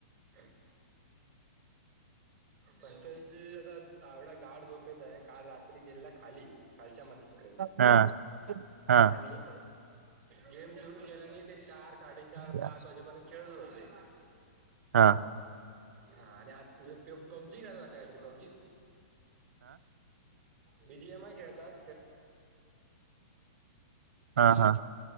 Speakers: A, on the right (about 25°); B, on the right (about 80°).
A: <inaudible> पंचांची आता एवढा गाड झोपेत आहे, काल रात्री गेलेला खाली खालच्या मंत्री कडे
B: हा हा
A: आणि गेम सुरू केल्याने ते चार, साडे चार,
B: हा
A: पाच वाजेपर्यंत खेळतच होते.
B: हा
A: हा आणि आत म्हणजे पबजी खेळत होते वाढत आता काहीतरी पबजीच बीजी एमाय खेळतात.
B: हा हा